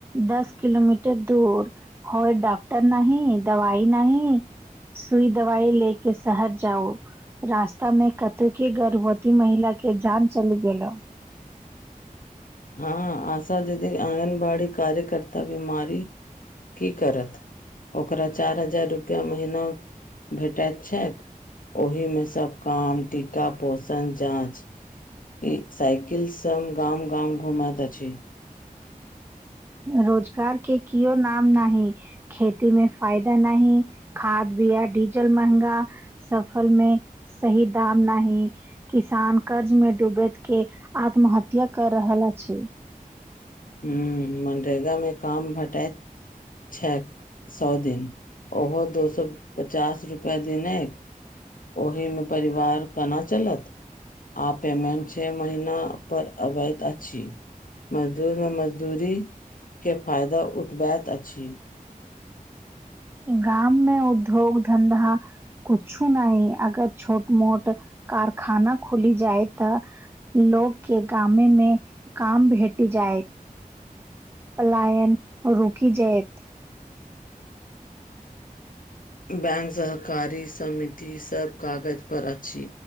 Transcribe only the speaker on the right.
दस किलोमीटर दूर। होर डॉक्टर नहि, दवइ नहि। सुई दवाई लैले शहर जाउ रास्ता में कतौ के गर्भवती महिला के जान चलि गेलै।
रोजगार के कओ नाम नाहि। खेती मे फायदा नहि, खाद बियाा डिजल महगा। फसल मे सही दाम नाही। किसान कर्ज में डूबैत के आत्महत्या कर रहल अछि।
गाम मे उद्योग धधा कुछु नहि अगर छोट मोट कारखाना खुली जाइत त। लोक के गाामे में काम भेटी जायत पलायन रुकि जायत।